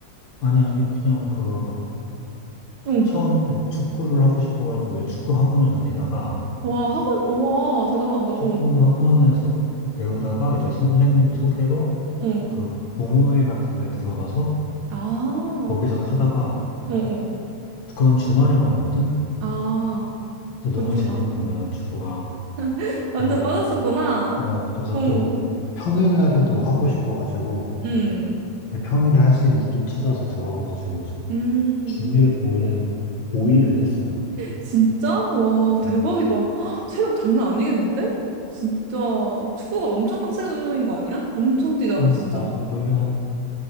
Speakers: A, on the left (about 80°); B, on the right (about 75°).
A: 아니, 아니, 그냥 그 막
B: 응.
A: 처음에 축구를 하고 싶어가지고 왜 축구 학원을 다니다가
B: 와, 학원, 우와, 대단하다.
A: 축구
B: 응.
A: 학원에서 배우다가 이제 선생님 소개로
B: 응.
A: 그 동호회 같은 데 들어가서
B: 아,
A: 거기서 하다가
B: 응,
A: 막
B: 응.
A: 그건 주말에만 하거든?
B: 아,
A: 근데
B: 그렇구나.
A: 너무 재밌는 거야, 축구가.
B: <laughs>
A: 그래서
B: 완전 빠졌었구나.
A: 어, 그래서
B: 어. 응.
A: 또 평일날에도 하고 싶어가지고,
B: 음.
A: 네, 평일에 할 수 있는데 또 찾아서 들어가가지고, 이제
B: 음.
A: 주에 거의 한 5일은 했어.
B: 진짜? 와, 대박이다.
A: 음,
B: 헉, 체력 장난 아니겠는데? 진짜 축구가 엄청 빡센 운동인 거 아니야? 엄청 뛰잖아,
A: 음.
B: 진짜.
A: 맞아. 거의 한,